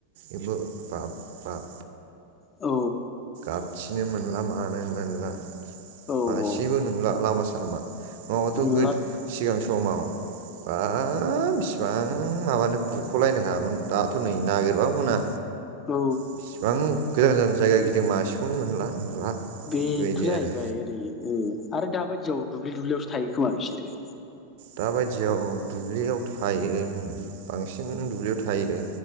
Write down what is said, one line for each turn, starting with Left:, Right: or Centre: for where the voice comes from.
Right: एम्बु बाब बाब
Left: औ
Right: हाबथिनो मोनला मानो मोनला
Left: औ
Right: मासेबो
Left: औ
Right: नुला लामास नङाबाथ'
Left: नुला
Right: गोद सिगां स समाव बाब बिसिबां माबानो बुख'लायनो हायामोन दाथ' नै नागिरबाबो मोना।
Left: औ
Right: <unintelligible> बां गोजान गोजान जायगा गिदिं मासेखौनो मोनला नुला।
Left: बेनथ'
Right: बेबायदि
Left: जाहैबाय
Right: आरो
Left: ओरै उम आरो दाबायदियाव दुब्लि दुब्लियावसो थायो खोमा बिसोरो
Right: दाबादियाव दुब्लियाव थायो उम बांसिन दुब्लियाव थायो।